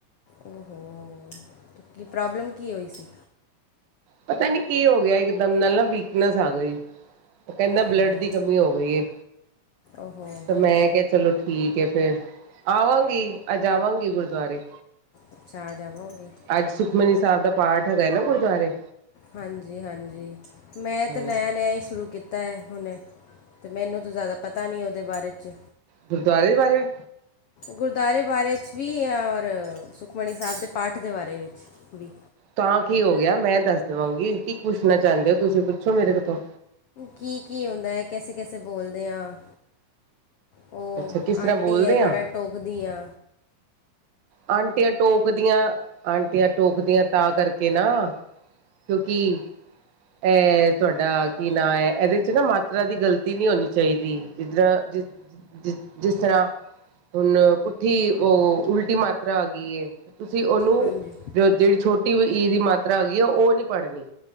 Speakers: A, on the left; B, on the right.
A: ਓ‌ਹੋ! ਕੀ ਪ੍ਰੋਬਲਮ ਕੀ ਹੋਈ ਸੀ?
B: ਪਤਾ ਨੀ ਕੀ ਹੋ ਗਿਆ, ਇੱਕ ਦਮ ਨਾਲ ਨਾ ਵੀਕਨੈਸ ਆ ਗਈ। ਉਹ ਕਹਿੰਦਾ
A: ਓਹੋ
B: ਬਲੱਡ ਦੀ ਕਮੀ ਹੋ ਗਈ ਏ,
A: ਓਹੋ
B: ਤੇ
A: ਹੋ
B: ਮੈਂ ਕਹ ਚਲੋ ਠੀਕ ਏ ਫੇਰ, ਆਵਾਂਗੀ ਅੱਜ ਆਵਾਂਗੀ ਗੁਰਦੁਆਰੇ।
A: ਅੱਛਾ ਆ ਜਾਵੋਗੇ।
B: ਅੱਜ ਸੁਖਮਨੀ ਸਾਹਿਬ ਦਾ ਪਾਠ ਹੈਗਾ ਨਾ ਗੁਰਦਆਰੇ।
A: ਹਾਂਜੀ ਹਾਂਜੀ, ਮੈਂ
B: ਹਾਂਜੀ
A: ਤਾਂ ਨਿਆ- ਨਿਆ ਹੀ ਸ਼ੁਰੂ ਕੀਤ ਪਤਾ ਐ ਹੁਣੇ, ਤੇ ਮੈਨੂੰ ਤਾਂ ਜ਼ਾਦਾ ਪਤਾ ਨਹੀਂ ਉਹਦੇ ਬਾਰੇ ਚ
B: ਗੁਰਦੁਆਰੇ ਦੇ ਬਾਰੇ ਮੇਂ
A: ਗੁਰਦੁਆਰੇ ਬਾਰੇ ਚ ਵੀ, ਔਰ ਸੁਖਮਨੀ ਸਾਹਿਬ ਦੇ ਪਾਠ ਦੇ ਬਾਰੇ ਵਿੱਚ ਵੀ।
B: ਤਾਂ ਕੀ ਹੋ ਗਿਆ ਮੈਂ ਦੱਸ ਦਵਾਂਗੀ, ਕੀ ਪੁੱਛਣਾ ਚਾਹੁੰਦੇ ਹੋ ਤੁਸੀਂ ਪੁੱਛੋ ਮੇਰੇ ਕੋ ਤੋਂ।
A: ਕੀ ਕੀ ਹੁੰਂਦਾ ਹੈ ਕੈਸੇ ਕੈਸੇ ਬੋਲਦੇ ਆ? ਉਹ
B: ਅੱਛਾ ਕਿਸ ਤਰ੍ਹਾਂ
A: ਆਂਟੀ
B: ਬੋਲਦੇ
A: ਏ ਬੜਾ
B: ਆ
A: ਟੋਕਦੀ ਏ।
B: ਆਂਟੀਆਂ ਟੋਕਦੀਆਂ- ਆਂਟੀਆਂ ਟੋਕਦੀਆਂ ਤਾਂ ਕਰਕੇ ਨਾ ਕਿਉਂਕਿ ਐ ਤੁਹਾਡਾ ਕੀ ਨਾਂ ਐ, ਇਹਦੇ ਚ ਨਾ ਮਾਤਰਾ ਦੀ ਗ਼ਲਤੀ ਨੀ ਹੋਣੀ ਚਾਹੀਦੀ। ਜਿੱਧਰ ਜਿਸ ਜਿ ਜਿਸ ਤਰ੍ਹਾਂ ਹੁਣ ਪੁੱਠੀ ਉਹ ਉਲਟੀ ਮਾਤਰਾ ਆ ਗਈ ਏ। ਤੁਸੀਂ ਉਹਨੂੰ
A: ਹਾਂਜੀ
B: ਜ ਜਿਹੜੀ ਛੋਟੀ ਈ ਦੀ ਮਾਤਰਾ ਆਗੀ ਏ, ਉਹ ਨੀ ਪੜ੍ਹਨੀ।